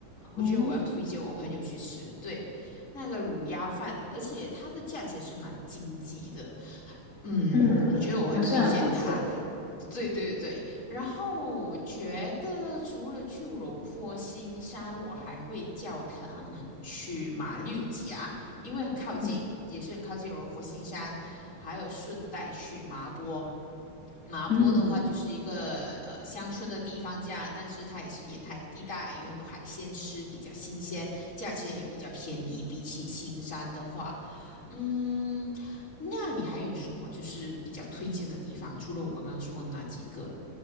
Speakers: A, on the left; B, on the left.
A: 我觉得我要推荐我朋友去吃。
B: 哦，
A: 对，那个卤鸭饭，而且它的价钱是蛮经济的。嗯，
B: 嗯，
A: 我觉得我会推荐它。
B: 好像很不错，
A: 对对对，然后我觉得除了去柔佛新山，我还会叫他们去马六甲，因为很靠近，
B: 嗯
A: 也是很靠近柔佛新山，还有顺带去麻波，麻波的话就是一个呃乡村的地方，
B: 嗯。
A: 这样，但是它也是沿海地带，有很多海鲜吃，比较新鲜，价钱也比较便宜，比起新山的话，嗯。那你还有什么就是比较推荐的地方？除了我刚刚说的那几个？